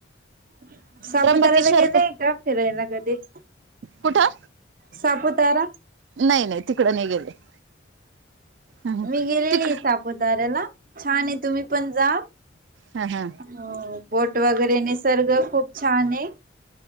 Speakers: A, on the right; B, on the right.
A: <unintelligible>
B: त्र्यंबकेश्वर
A: गेलेय का फिरायला कधी
B: कुठं
A: सापुतारा
B: नाई नाई तिकडं नाई गेले ह
A: मी गेलेली
B: तिकड
A: आहे सापुतार्याला छान हाय तुम्ही पण जा
B: हा हा
A: हो बोट वगैरे निसर्ग खूप छान आहे